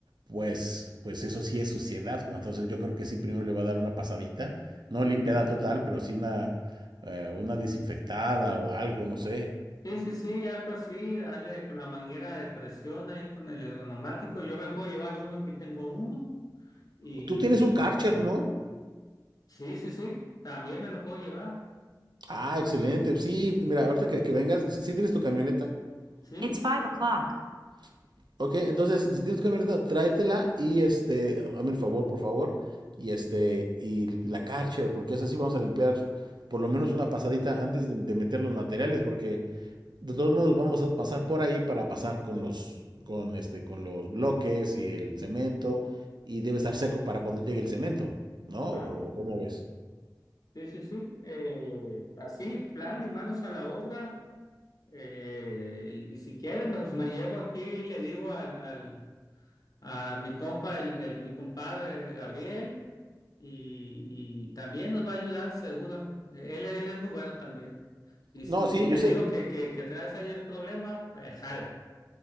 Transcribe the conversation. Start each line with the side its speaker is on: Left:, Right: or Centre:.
Right: pues, pues eso sí es suciedad, como entonces yo creo que sí primero le va a dar una pasadita, no limpiada total, pero sí una, eh, una desinfectada o algo, no sé.
Left: Sí, sí, sí, algo así, dale con la manguera de presión ahí con el ergonomático. Yo me puedo llevar uno, aquí tengo uno. Y
Right: Tú tienes un Karcher, ¿no?
Left: sí, sí, sí, también me lo puedo llevar.
Right: Ah, excelente. Sí, mira, ahorita que, que vengas, si tienes tu camioneta?
Left: Sí,
Right: It's five
Left: sí.
Right: o'clock. Ok, entonces, si tienes tu camioneta, tráetela y este, hazme el favor, por favor, y este, y la Karcher, porque es así, vamos a limpiar por lo menos una pasadita antes de, de meter los materiales, porque de todos modos vamos a pasar por ahí para pasar con los, con este, con los bloques y el cemento, y debe estar seco para cuando llegue el cemento, ¿no?
Left: Ajá,
Right: ¿O o cómo
Left: ajá.
Right: ves?
Left: Sí, sí, sí. Eh, así, plan y manos a la obra. Eh, y, y si quieren, pues me llevo aquí y le digo al, al, a mi compa, el, el- mi compadre Gabriel, y, y también nos va a ayudar, seguro. Él, él es muy bueno también. Y, si
Right: No,
Left: y
Right: sí,
Left: si le
Right: yo sé,
Left: digo que, que, que traes ahí el problema, pues jala.